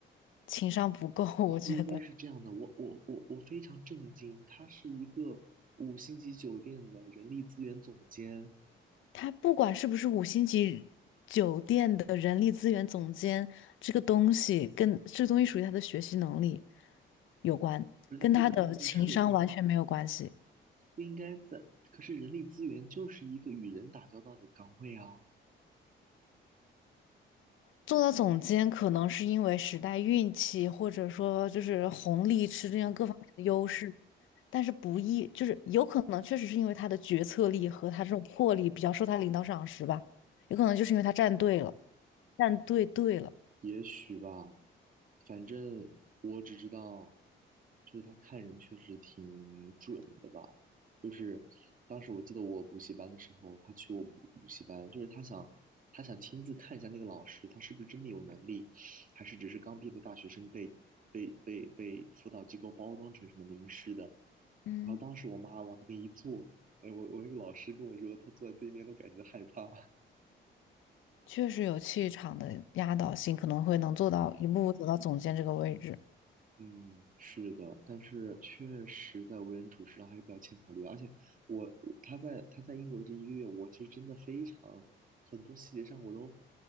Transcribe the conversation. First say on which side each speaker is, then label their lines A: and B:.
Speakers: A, on the left; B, on the right.
A: 情商不够，<laughs> 我觉得
B: 不应该是这样的，我我我我非常震惊，他是一个五星级酒店的人力资源总监，
A: 他不管是不是五星级酒店的人力资源总监，这个东西跟这个东西属于他的学习能力有关，
B: 可是他不应该在社招。
A: 跟他的情商完全没有关系。
B: 不应该在，可是人力资源就是一个与人打交道的岗位啊，
A: 做到总监可能是因为时代运气，或者说就是红利吃这样各方面的优势，但是不易，就是有可能确实是因为他的决策力和他这种魄力比较受他领导赏识吧，有可能就是因为他站队了，站队对了，
B: 也许吧，反正我只知道，就是他看人确实挺准的吧。就是当时我记得我补习班的时候，他去我补补习班，就是他想他想亲自看一下那个老师，他是不是真的有能力，还是只是刚毕业的大学生被被被被辅导机构包装成什么名师的。
A: 嗯。
B: 然后当时我妈往那边一坐，哎，我我那个老师跟我说，他坐在对面都感觉害怕。
A: 确实有气场的压倒性，可能会能做到一步步走到总监这个位置。
B: 嗯，是的，但是确实在为人处事上还是比较欠考虑的而且我我他在他在英国的这一个月，我其实真的非常很多细节上我都，